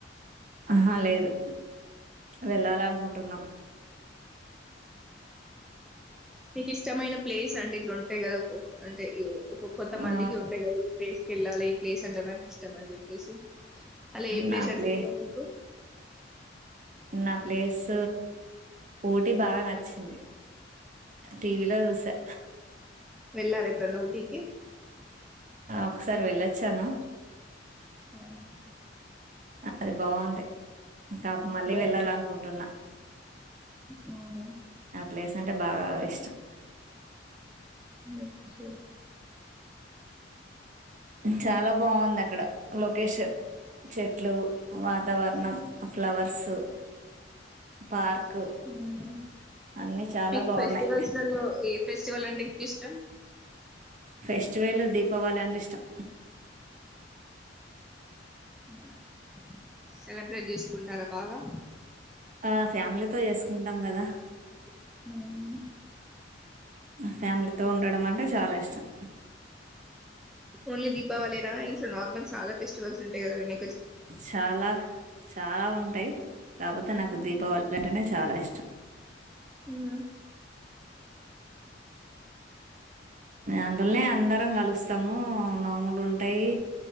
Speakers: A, on the right (about 45°); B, in the centre.
A: ఆహా లేదు వెళ్ళాల అనుకుంటున్నాం
B: మీకు ఇష్టమైన ప్లేస్ అంటే ఇట్లా ఉంటాయి కదా అంటే ఇ కొంత
A: ఆ
B: మందికి ఉంటాయి కదా ఈ పేస్ట్ యెల్ళాలి ఈ ప్లేస్ అంటే నాకిష్టమని జెప్పేసి అలా ఏ ప్లేస్
A: నా
B: అంటే
A: ప్లే
B: ఇష్టం మీకు
A: నా ప్లేస్ ఊటీ బాగా నచ్చింది టీవీలో జూసా
B: వెళ్ళార ఎప్పున్నా ఊటీికి
A: ఆ ఒకసారి వెళ్ళొచ్చాను
B: అవు
A: అది బాగుంది కాపు మళ్ళీ
B: బావుం
A: వెళ్ళాల అనుకుంటున్నా
B: అవునా
A: ఆ ప్లేస్ అంటే బాగా ఇష్టం
B: ఓక
A: చాలా బాగుంది అక్కడ లొకేషన్ చెట్లు వాతావరణం ఫ్లవర్స్ పార్క్
B: అవునా.
A: అన్ని చాలా
B: మీకు
A: బాగున్నాయి
B: ఫెస్టివల్స్ లలో ఏ ఫెస్టివల్ అంటే ఎక్కు ఇష్టం
A: ఫెస్టివల్ దీపావళి అంటే ఇష్టం
B: అవు సెలబ్రేట్ చేసుకుంటారా బాగా
A: ఆ ఫ్యామిలీతో వసుకుంటాం కదా
B: మ్
A: ఫ్యామిలీతో ఉండడం అంటే చాలా ఇష్టం
B: ఓన్లీ దీపావళి నా ఇంట్లో నార్మల్ చాలా ఫెస్టివల్స్ ఉంటాయి కదా విన
A: చాలా చాలా ఉంటాయి కాకపోతే నాకు దీపావళి అంటేనే చాలా ఇష్టం
B: మ్
A: అందులోనే అందరం కలుస్ స్తాము నోములు ఉంటాయి,